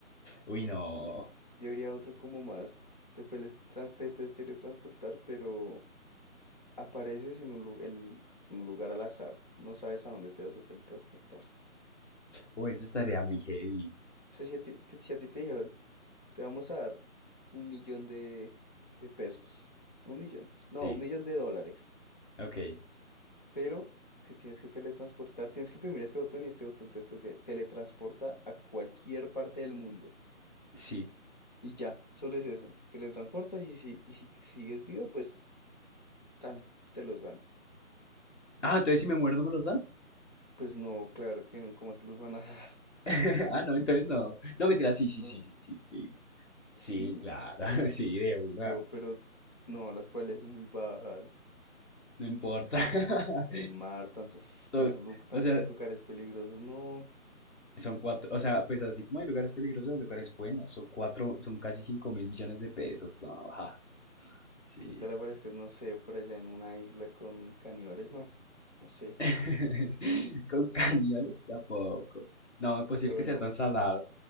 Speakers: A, on the left; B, on the left.
A: Uy, no.
B: Yo diría otro como más, te puedes, tra- te puedes teletransportar, pero apareces en un, lu- el- en un lugar al azar, no sabes a dónde te vas a teletransportar.
A: Uy, eso estaría muy heavy.
B: O sea, si a ti, ti- si a ti te dijeran, te vamos a dar un millón de, de pesos, un millón,
A: Sí,
B: no, un millón de dólares,
A: ok,
B: pero te tienes que teletransportar, tienes que oprimir este botón y este botón te, te- te teletransporta a cualquier parte del mundo.
A: sí.
B: Y ya, solo es eso, te teletransportas y si, y si sigues vivo, pues tan, te los dan.
A: Ah, entonces si me muero no me los dan.
B: Pues no, claro que no, ¿cómo te los van a <laughs> dar?
A: <laughs> Ah, no, entonces no. No, mentira, sí,
B: ¿No?
A: sí, sí, sí, sí, sí.
B: Sí,
A: Sí, claro, <laughs> sí, de una.
B: bro, pero no, las probabilidades son muy bajas.
A: No importa. <laughs>
B: El mar, tantos,
A: Son-
B: tantos, lu- tantos
A: o sea,
B: lugares peligrosos, no.
A: son cuatro, o sea, pues así como hay lugares peligrosos, hay lugares buenos. Son cuatro, son casi cinco mil millones de pesos. No, ajá, sí.
B: ¿Qué tal aparezcas, no sé, por allá en una isla con caníbales? No, no sé.
A: <laughs> ¿Con caníbales? Tampoco. No, es posible
B: Pero
A: que
B: bueno,
A: sea tan salado.